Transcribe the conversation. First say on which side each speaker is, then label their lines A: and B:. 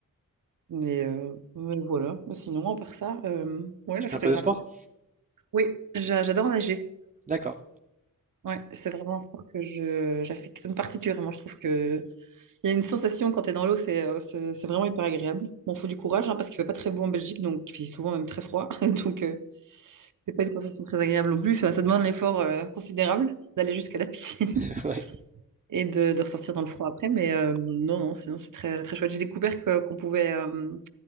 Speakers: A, on the right; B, on the right.
A: Mais, euh, mais voilà. Sinon, à part ça, euh, ouais,
B: Tu
A: la
B: fais
A: photographie.
B: un peu de sport?
A: Oui, j'a- j'adore nager.
B: D'accord.
A: Ouais, c'est vraiment un sport que je, j'affectionne particulièrement. Je trouve que il y a une sensation quand tu es dans l'eau, c'est euh, c'est c'est vraiment hyper agréable. Bon, faut du courage hein, parce qu'il fait pas très beau en Belgique, donc il fait souvent même très froid. <laughs> Donc, euh, C'est pas une sensation très agréable non plus. Enfin, ça demande un effort euh, considérable d'aller jusqu'à la piscine
B: <laughs> Oui.
A: <laughs> et de, de ressortir dans le froid après. Mais euh, non, non, sinon c'est très, très chouette. J'ai découvert que- qu'on pouvait, euh,